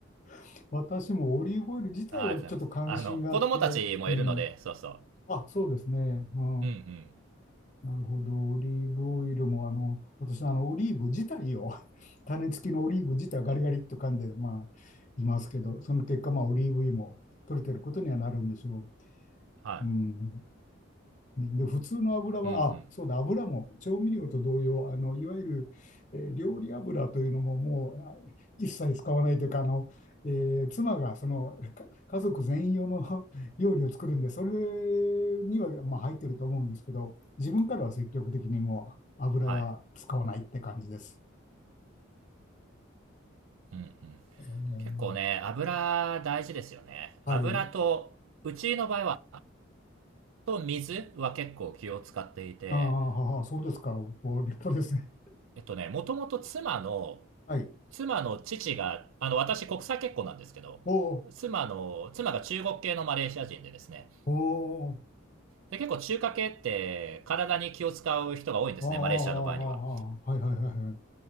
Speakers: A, on the left; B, on the right.
A: <laughs> 私もオリーブオイル自体はちょっと関心があって、
B: あありがとうございます。あの、子供たちもいるので、
A: うん。
B: そうそう。
A: あ、そうですね。うん。
B: うんうん。
A: なるほど。オリーブオイルも、あの、私、あの、オリーブ自体を、<laughs> 種付きのオリーブ自体はガリガリっと噛んで、まあ、いますけど、その結果、まあ、オリーブ油も取れてることにはなるんでしょ
B: は
A: う。うん。で、普通の油は、
B: い。うんうん。
A: あ、そうだ、油も調味料と同様、あの、いわゆる、えー料理油というのももうあ一切使わないというか、あの、えー妻がそのか家族全員用の <laughs> 料理を作るんで、それには、まあ、入ってると思うんですけど、自分からは積極的にもう油は使わないって感じです。
B: はい。うんうん。
A: えー
B: 結構ね、油大事ですよね。
A: はい。
B: 油と、うちの場合は、と水は結構気を使っていて、
A: あーははそうですか。お、立派ですね。
B: えっとね、もともと妻の
A: はい。
B: 妻の父が、あの、私国際結婚なんですけど、
A: お
B: 妻の、妻が中国系のマレーシア人でですね。
A: おおお
B: で、結構中華系って体に気を使う人が多いんですね、
A: あーあー、あーあーはいはいはいはい。
B: マレーシアの場合には。